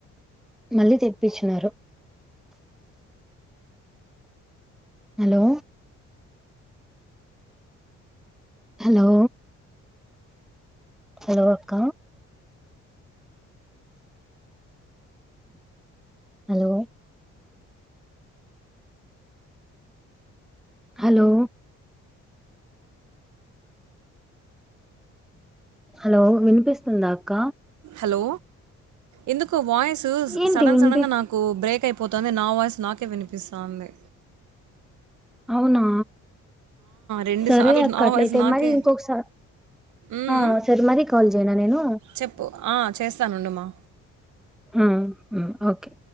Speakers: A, in the centre; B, on the right.
A: మళ్ళీ తెప్పిచ్చినారు హలో హలో హలో అక్క హలో హలో హలో వినిపిస్తుందా అక్క
B: హలో ఎందుకు వాయిస్
A: ఏంటి
B: సడన్
A: వినిపి
B: సడంగా నాకు బ్రేక్ ఐ పోతంది నా వాయిస్ నాకే వినిపిస్తాంది
A: అవునా
B: రెండు
A: సరే
B: సార్లు
A: అక్క
B: నా
A: అట్లయితే
B: వాయిస్ నాకే
A: మరి ఇంకొకసా
B: మ్మ్.
A: ఆ సరే మరి కాల్ చేయనా నేను,
B: చెప్పు ఆ చేస్తానుండు మా
A: మ్మ్ హ్మ్ ఓకే